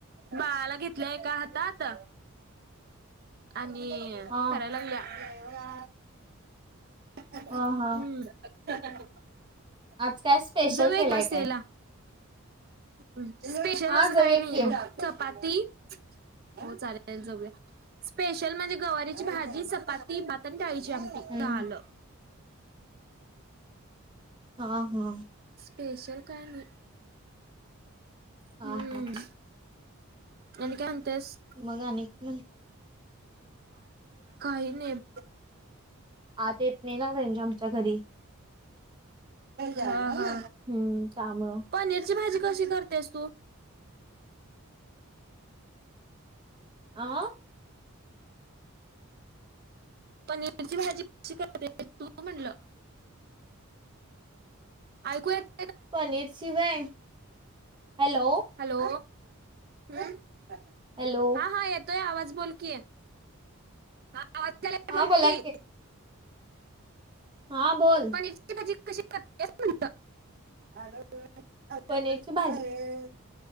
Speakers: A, on the right; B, on the right.
A: बाळाला घेतल्या आहे एका हातात. आणि
B: हा
A: करायला लागलिया. हम्म
B: हा हा आज काय स्पेशल
A: जाऊया
B: केलंय
A: की मसेला.
B: काय?
A: स्पेशल
B: हा
A: असं
B: जाऊया
A: काही नाही
B: की.
A: बघ. चपाती हो चालेल जाऊया स्पेशल म्हणजे गवारीची भाजी चप पती भात न डाळीची आमटी
B: हम्म
A: झाल.
B: ह हा
A: स्पेशल काय नाही.
B: हा
A: हम्म
B: हा
A: आणि काय म्हणतेस?
B: मग आणि काय म्हण
A: काही नाही
B: आत येत नाही ना रेंज आमच्या घरी
A: हा हा
B: हम्म त्यामुळे
A: पनीरची भाजी कशी करतेस तू.
B: आ
A: पनीरची भाजी कशी करते? तुला म्हणलं ऐकू येत
B: पनीरची होय, हॅलो
A: हॅलो, हम्म हा,
B: हॅलो
A: हा, येतोय आवाज बोलकी, हा आवाज याल
B: हा
A: बोलकी
B: बोला हां बोल
A: पनीरची भाजी कशी करत्यात म्हणलं <unintelligible>
B: पनीरची भाजी
A: ते